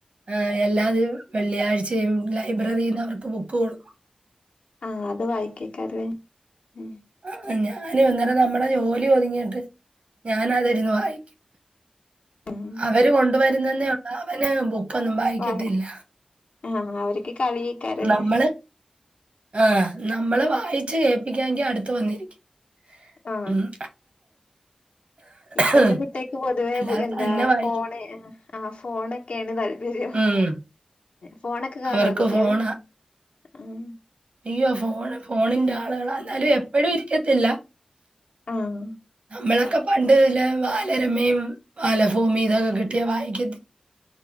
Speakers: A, on the right; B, on the left.
A: ആ എല്ലാ വെള്ളിയാഴ്ചയും ലൈ ലൈബ്രറിയിന്ന് അവർക്ക് ബുക്ക് കൊടുക്കും
B: ആ അത് വായിക്കോക്കാരല്ലേ ഉം
A: ന്ന് ഞാന് ഇന്നേരം നമ്മുടെ ജോലി ഒതുങ്ങിട്ട് ഞാനതിരുന്ന് വായിക്കും
B: ഉം
A: അവര് കൊണ്ടുവരുന്നന്നെ അവന് ബുക് ക്കൊന്നും വായിക്കത്തില്ല
B: വാ ആഹ് അവർക്ക് കളിയേക്കാരല്ലേ
A: നമ്മള് ആ നമ്മള് വായിച്ചു കേപ്പിക്കാങ്കി അടുത്ത് വന്നിരിക്കും
B: ആ
A: ഉം
B: ഇപ്പത്തെ
A: അല്ലാതെ
B: കുട്ടേക്ക് പൊതുവേ
A: അല്ലാതെ
B: എന്താ
A: തന്നെ വായിക്കും.
B: ഫോണ് ആ ഫോണൊക്കെയാണ് തൽ പര്യം
A: ഉം
B: ഫോണൊക്കെ കാണുവാ
A: അവർക്ക്
B: കുട്ടികള്
A: ഫോണാ.
B: ആഹ
A: അയ്യോ ഫോണ് ഫോണിന്റെ ആളുകള് <unintelligible> എപ്പോഴും കത്തില്ല
B: ആഹ്
A: നമളക്കെ പണ്ട് ല്ല ബാലരമയും വല്ല ഭൂമി ഇതൊക്കെ കിട്ടിയ വായിക്ക